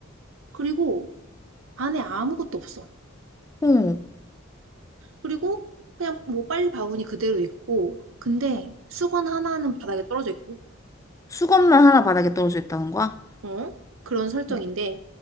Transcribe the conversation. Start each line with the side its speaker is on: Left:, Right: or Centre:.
Right: 그리고 안에 아무것도 없어.
Left: 어,
Right: 그리고 그냥 뭐 빨래 바구니 그대로 있고, 근데 수건 하나는 바닥에 떨어져 있고,
Left: 수건만 하나 바닥에 떨어져 있다는 거야?
Right: 어? 그런 설정인데,
Left: 어,